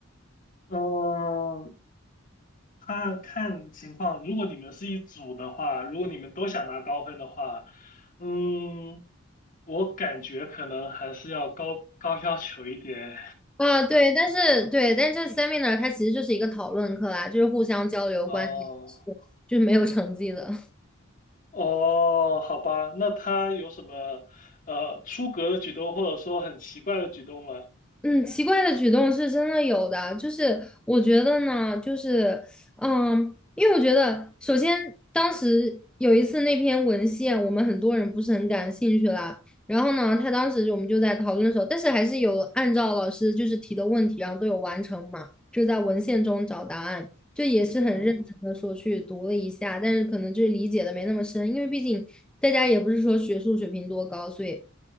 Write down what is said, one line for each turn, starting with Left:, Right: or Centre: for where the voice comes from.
Left: 嗯，看看情况，如果你们是一组的话，如果你们都想拿高分的话，嗯，我感觉可能还是要高高要求一点，
Centre: 啊，对，但是对，但这 seminar 它其实就是一个讨论课啦，就是互相交流观点，
Left: 哦。
Centre: 是就是没有成绩的。
Left: 哦，好吧，那他有什么呃出格的举动，或者说很奇怪的举动吗？
Centre: 嗯，奇怪的举动是真的有的，就是我觉得呢，就是，嗯，因为我觉得，首先当时有一次那篇文献，我们很多人不是很感兴趣啦，然后呢，他当时就我们就在讨论的时候，但是还是有按照老师就是提的问题，然后都有完成嘛，就在文献中找答案，就也是很认真的说去读了一下，
Left: 嗯
Centre: 但是可能就是理解的没那么深，因为毕竟大家也不是说学术水平多高，所以